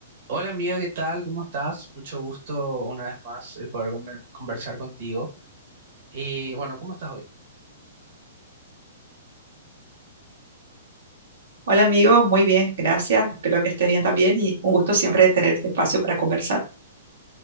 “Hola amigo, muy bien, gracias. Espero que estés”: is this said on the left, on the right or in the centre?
Right